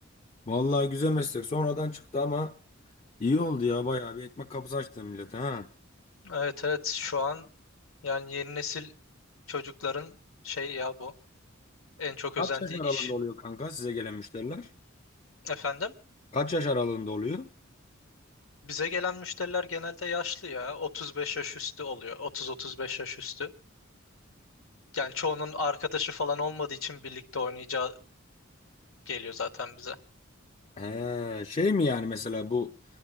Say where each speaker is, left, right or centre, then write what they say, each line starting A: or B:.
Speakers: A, on the left; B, on the left.
A: Vallahi güzel meslek. Sonradan çıktı ama iyi oldu ya. Bayağı bir ekmek kapısı açtı millete ha.
B: Evet evet şu an yani yeni nesil çocukların şey ya bu. En çok
A: Kaç
B: özendiği
A: yaş aralığında
B: iş
A: oluyor kanka size gelen müşteriler?
B: efendim.
A: Kaç yaş aralığında oluyor?
B: Bize gelen müşteriler genelde yaşlı ya. 35 yaş üstü oluyor. 30-35 yaş üstü. Yani çoğunun arkadaşı falan olmadığı için birlikte oynayacağı geliyor zaten bize.
A: He, şey mi yani mesela bu